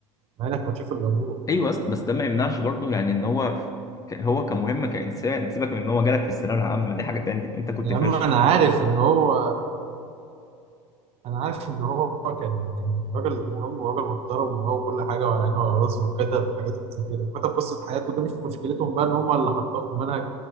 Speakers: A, on the right; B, on the left.
A: مع إنك ما تشوف إلا النور
B: ايوه أصل- بس ده ما يمنعش برضه يعني ان هو ك- هو كمهمه كانسان سيبك من ان هو جالك في الثانويه العامه دي حاجه تانية انت كنت
A: يا
B: فاشل
A: عم أنا عارف إن هو انا عارف ان هو كان كان راجل مهم وراجل محترم وهو كل حاجه وعلى عينه وعلى راسه وكتب حاجات كتير وكتب قصه حياته ده مش مشكلتهم بقى ان هم اللي حطوها في المنهج